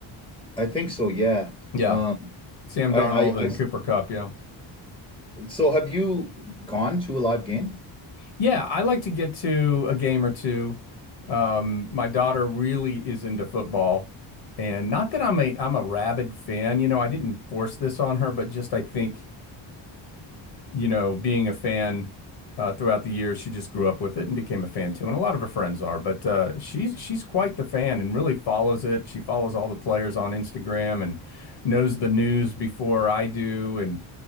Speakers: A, in the centre; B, on the left.
A: I think so. Yeah.
B: Yeah,
A: Um,
B: Sam
A: I
B: Darnold
A: I, I,
B: and Cooper Cup. Yeah.
A: so have you gone to a live game?
B: Yeah, I like to get to a game or two. Um, my daughter really is into football, and not that I'm a I'm a rabid fan. You know, I didn't force this on her, but just I think, you know, being a fan uh, throughout the years, she just grew up with it and became a fan too. And a lot of her friends are, but uh, she's she's quite the fan and really follows it. She follows all the players on Instagram and knows the news before I do, and